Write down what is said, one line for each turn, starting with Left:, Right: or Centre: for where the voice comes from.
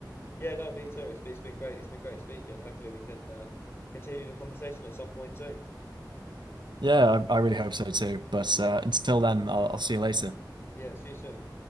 Left: Yeah, no, me too. It's been, it's been great. It's been great speaking. Hopefully we can uh, continue the conversation at some point soon.
Right: Yeah, I, I really hope so too. But uh, until then, I'll, I'll see you later.
Left: Yeah, see you soon.